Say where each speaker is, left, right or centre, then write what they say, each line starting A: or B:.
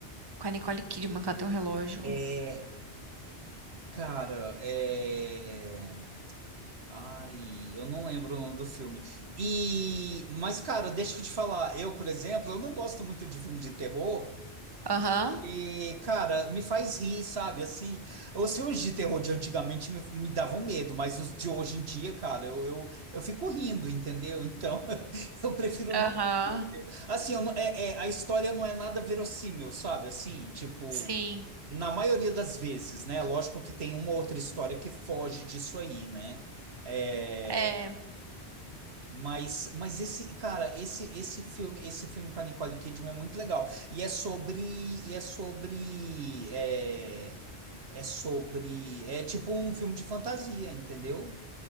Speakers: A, on the right; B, on the right.
A: Com a Nicole Kidman, que ela tem um relógio.
B: É, cara, é. Ai, eu não lembro o nome do filme. E, mas, cara, deixa eu te falar. Eu, por exemplo, eu não gosto muito de filme de terror.
A: Aham,
B: E, cara, me faz rir, sabe? Assim, os filmes de terror de antigamente me, me davam medo, mas os de hoje em dia, cara, eu, eu, eu fico rindo, entendeu? Então, <laughs> eu prefiro
A: aham,
B: não. Assim, eu não- é, é, a história não é nada verossímil, sabe? Assim, tipo,
A: sim.
B: na maioria das vezes, né? Lógico que tem uma outra história que foge disso aí, né? É,
A: É.
B: mas, mas esse, cara, esse esse filme, esse filme com a Nicole Kidman é muito legal. E é sobre, e é sobre, é, é sobre, é tipo um filme de fantasia, entendeu?